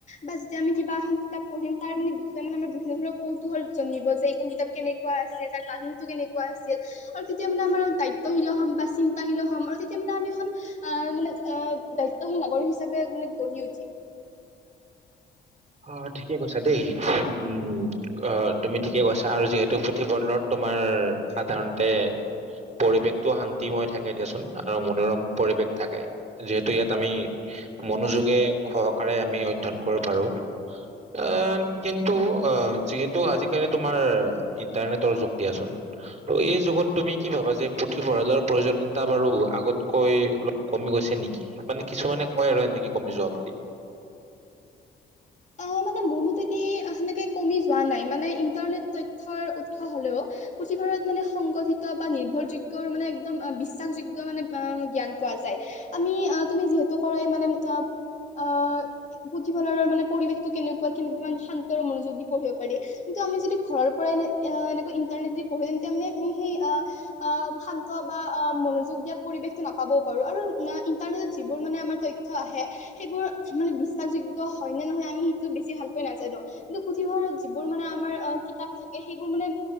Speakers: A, on the left; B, on the right.
A: বা যেতিয়া আমি কিবা এখন কিতাপ পঢ়িম তাৰ মানে বিষয়ে মানে আমাৰ বিভিন্ন ধৰণৰ কৌতুহল জানিব যে এইখন কিতাপ কেনেকুৱা আছিল তাৰ কাহিনীটো কেনেকুৱা আছিল। আৰু তেতিয়া মানে আমাৰ দায়িত্বশীল হ'ম বা চিন্তাশীল হ'ম আৰু তেতিয়া মানে আমি এখন আহ মানে। সহী নাগৰিক হিচাপে মানে গঢ়ি উঠি।
B: অ, ঠিকে কৈছা দেই উম, অ', তুমি ঠিকেই কৈছা আৰু যিহেতু পুথিভঁলৰত তোমাৰ সাধাৰণতে পৰিৱেশটো শান্তিময় থাকে দিয়াচোন আৰু মনোৰম পৰিৱেশ থাকে যিহেতু ইয়াত আমি মনোযোগে সহকাৰে আমি অধ্যয়ন কৰিব পাৰো। এ কিন্তু অ যিহেতু আজিকালি তোমাৰ ইণ্টাৰনেটৰ যুগ দিয়াচোন,। ত' এই যুগত তুমি কি ভাবা যে পুথিভঁৰালৰ প্ৰয়োজনীয়তা বাৰু আগতকৈ অলপ কমি গৈছে নেকি মানে কিছুমানে কয় আৰু এনেকে কমি যোৱা বুলি
A: অহ মানে মোৰ মতে দি সেনেকে কমি যোৱা নাই মানে ইন্টাৰনেট তথ্যৰ উৎস হ'লেও পুথিভঁৰাত মানে সংঘটিত বা নিৰ্ভৰযোগ্যৰ মানে একদম বিশ্বাসযোগ্য মানে <unintelligible> জ্ঞান পোৱা যায় আমি আহ তুমি যিহেতু কৰাই মানে অ' পুথিভঁৰাল মানে পৰিৱেশ টো কেনেকুৱা কি কিমান শান্তৰ মনোযোগ দি পঢ়িব পাৰি কিন্তু আমি যদি ঘৰৰ পৰাই এ এনেকোৱা পঢ়ি তাৰমানে সেই শান্ত বা মনোযোগ দিয়া পৰিৱেশ নাপাবও পাৰ। আৰু ইণ্টাৰনেটত যিবোৰ মানে তথ্য আহে সেইবোৰ মানে বিশ্বাস যোগ্য হয়নে নহয়? আমি সেইটো বেছি ভালকৈ নাজানো কিন্তু পুথিভঁৰাৰত যিবোৰ মানে আমাৰ অ কিতাপ থাকে সেইবোৰ মানে।